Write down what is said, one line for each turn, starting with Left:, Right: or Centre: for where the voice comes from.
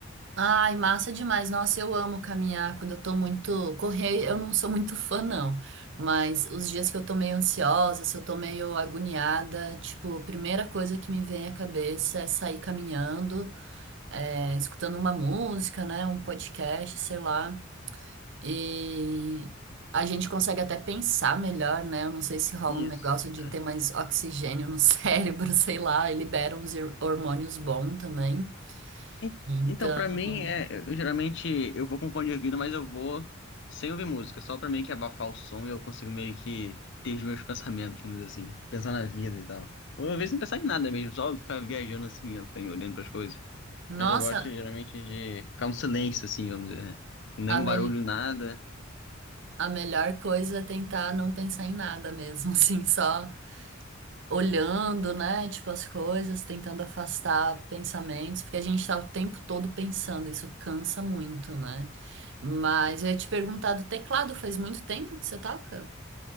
Right: Ai, massa demais. Nossa, eu amo caminhar quando eu tô muito. Correr, eu não sou muito fã, não. Mas os dias que eu tô meio ansiosa, se eu tô meio agoniada, tipo, a primeira coisa que me vem à cabeça é sair caminhando, é, escutando uma música, né? Um podcast, sei lá. E a gente consegue até pensar melhor, né? Eu não sei se rola
Left: Isso.
Right: um negócio de
Left: é.
Right: ter mais oxigênio no <laughs> cérebro, sei lá, e libera uns hormônios bons também.
Left: E-
Right: Então.
Left: Então, pra mim, é, eu, geralmente eu vou com fone de ouvido, mas eu vou sem ouvir música, só pra meio que abafar o som e eu consigo meio que ter os meus pensamentos, vamos dizer assim, pensar na vida e tal. Ou às vezes não pensar em nada mesmo, só ficar viajando assim, ó, olhando pras coisas.
Right: Nossa,
Left: Mas eu gosto geralmente de ficar um silêncio, assim, vamos dizer. Com nenhum
Right: A, mel-
Left: barulho, nada.
Right: a melhor coisa é tentar não pensar em nada mesmo, <laughs> assim, só olhando, né, tipo, as coisas, tentando afastar pensamentos, porque a gente tá o tempo todo pensando, isso cansa muito, né? Mas eu ia te perguntar do teclado, faz muito tempo que você toca?